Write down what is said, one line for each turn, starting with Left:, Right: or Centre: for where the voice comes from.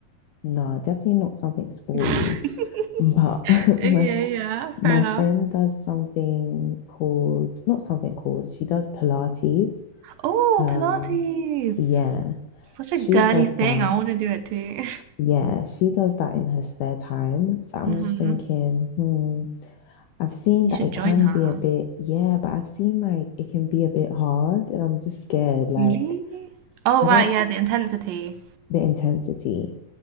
Left: no, definitely not something sporty,
Right: <laughs>
Left: but <laughs>
Right: Okay,
Left: my
Right: yeah,
Left: my
Right: fair enough.
Left: friend does something called not something called, she does Pilates.
Right: Oh,
Left: Um,
Right: Pilates.
Left: yeah,
Right: Such a
Left: she
Right: girly
Left: does
Right: thing.
Left: that
Right: I want to do it too.
Left: Yeah, she does that in her spare time. So I'm
Right: <laughs>
Left: just thinking, hmm, I've seen
Right: You
Left: that
Right: should
Left: it
Right: join
Left: can
Right: her.
Left: be a bit, yeah, but I've seen like it can be a bit hard and I'm just scared. Like,
Right: Really? Oh,
Left: I
Right: right,
Left: don't,
Right: yeah, the intensity.
Left: the intensity.